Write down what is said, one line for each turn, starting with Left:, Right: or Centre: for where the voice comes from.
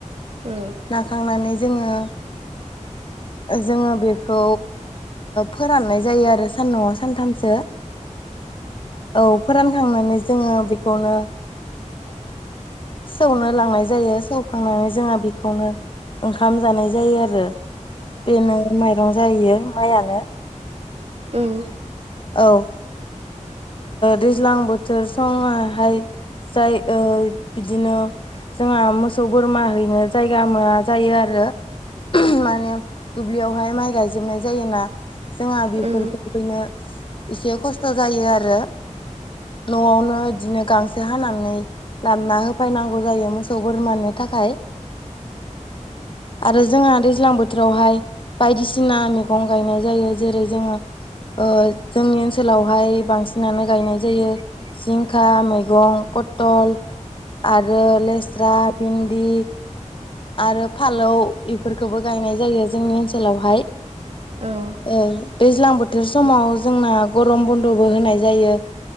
Right: औ
Left: नाखांनानै जोङो जोङो बेखौ फोराननाय जायो आरो सान न'आव सानथामसो‌ औ फोरानखांनानै जोङो बेखौनो सौनो लांनाय जायो सौखांनानै जोंहा बेखौनो ओंखाम जानाय जायो आरो बेनो माइरं जाहैयो माइयानो
Right: औ
Left: औ दैज्लां बोथोर समावहाय जाय बिदिनो जोंहा मोसौ बोरमा हैनो जायगा मोना जायो आरो माने दुब्लियावहाय माइ गायजोबनाय जायोना जोंहा बेफोरखौ
Right: औ औ
Left: हैनो एसे खस्थ' जायो आरो न'आवनो बिदिनो गांसो हानानै लाबना होफैनांगौ जायो मोसौ बोरमानि थाखाय
Right: <unintelligible>
Left: आरो जोंहा दैज्लां बोथोरावहाय बायदिसिना मैगं गायनाय जायो जेरै जोङो ओ जोंनि ओनसोलाव बेहाय बांसिनानो गायनाय जायो जिंखा मैगं फथल आरो लेस्रा भिन्दि आरो फालौ इफोरखोबो गायनाय जायो जोंनि ओनसोलावहाय
Right: औ
Left: औ दैज्लां बोथोर समाव जोंना गरम बन्द'बो होनाय जायो‌